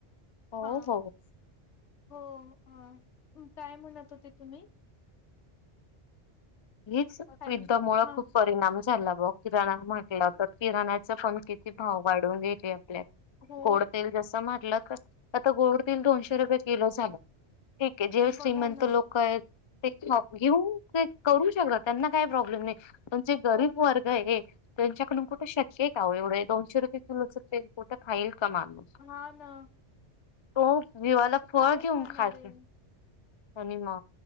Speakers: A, on the left; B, on the left.
A: हो
B: हा
A: हो
B: हो काय म्हणत होते तुम्ही
A: हीच युद्ध
B: हॅलो
A: मुळ
B: हा
A: खूप परिणाम झाला ब किराणा म्हण लगत किराणाच पण किती भाव वाढून घ्यायचे आपल्यात
B: हो.
A: गोड तेल जस मारलं का आता गोडतीलल दोनशे रुपये किलो झालं ठीक आहे जेव
B: बघा
A: श्रीमंत
B: ना
A: लोक आहेत ते घेऊ ते करू शकत त्यांना काही प्रॉब्लेम नाही पचे गरीब
B: हो ना
A: वर्ग आहे त्यांच्याडूनुठ श आहे काव एवढ दोनेुये किलो चं कुठं खाईल कमाारस
B: हा ना
A: तो जिवाला फळ
B: काय
A: घेऊन
B: खाणार
A: खायचं
B: आहे.
A: त्यानी म